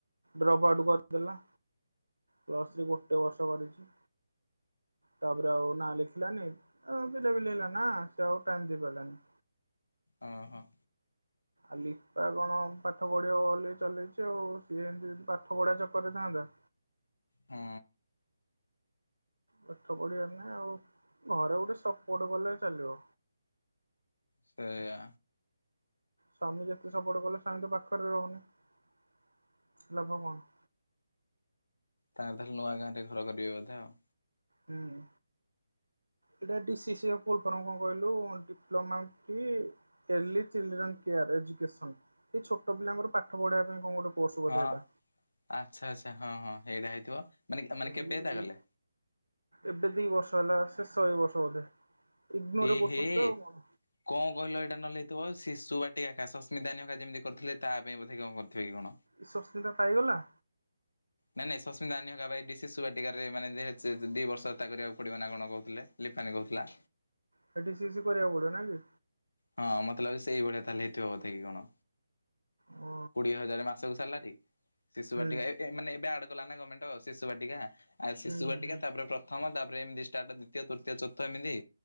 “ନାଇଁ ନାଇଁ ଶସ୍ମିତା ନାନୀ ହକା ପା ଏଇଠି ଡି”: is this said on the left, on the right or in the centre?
Left